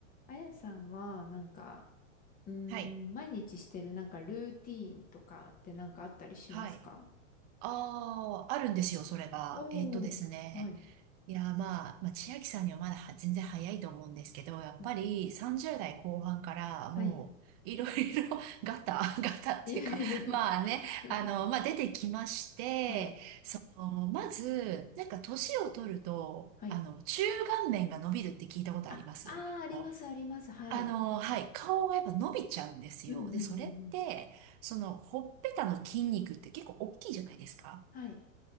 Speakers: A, on the left; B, on the right.
A: あやさんは、なんか、うーん、
B: はい。
A: 毎日してるなんかルーティーンとかってなんかあったりしますか
B: はい。ああ、あるんですよ、それが。
A: おー、
B: えっとですね。
A: はい。
B: いや、まあ、まあ、千秋さんにはまだは全然早いと思うんですけど、やっぱり30代後半からもう、
A: うん。はい。
B: いろいろ <laughs> ガタ、<laughs> ガタっていうか、
A: <laughs> いやいやいや
B: まあね、
A: <laughs>
B: あの、まあ出てきまして、
A: はい。
B: その、まず、なんか年を取ると、
A: はい。
B: あの、中顔面が伸びるって聞いたことありますなんかこう
A: あ、あー、あります、あります。はい。
B: あの、はい、顔がやっぱ伸びちゃうんですよ。
A: うんうんうんうん。
B: で、それって、その、ほっぺたの筋肉って結構大きいじゃないですか。
A: はい。